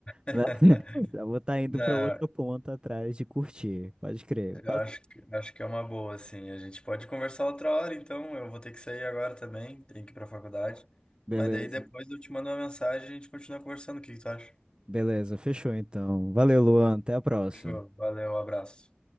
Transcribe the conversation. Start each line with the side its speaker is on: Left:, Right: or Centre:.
Left: <laughs>
Right: né? <laughs> Já vou estar indo
Left: Não,
Right: pra outro ponto atrás de curtir, pode crer.
Left: eu
Right: Valeu.
Left: acho que, acho que é uma boa, assim. A gente pode conversar outra hora, então. Eu vou ter que sair agora também, tenho que ir pra faculdade.
Right: Beleza,
Left: Mas daí depois eu te mando uma mensagem e a gente continua conversando. O que que tu acha?
Right: beleza, fechou então. Valeu, Luan, até a próxima.
Left: Fechou. Valeu, um abraço.